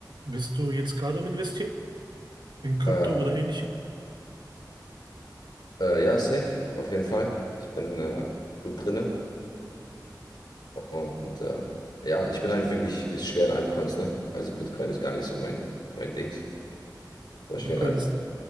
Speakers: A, on the right; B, on the left.
A: Bist du jetzt gerade am Investieren? In Krypto
B: Äh,
A: oder ähnlichem?
B: äh, ja, safe, auf jeden Fall. Ich bin äh, gut drinne und äh, ja, ich bin halt wirklich schwer in Altcoins, ne? Also Bitcoin ist gar nicht so mein, mein Dings, aber
A: Bitcoin
B: schwer in Altcoins.
A: ist,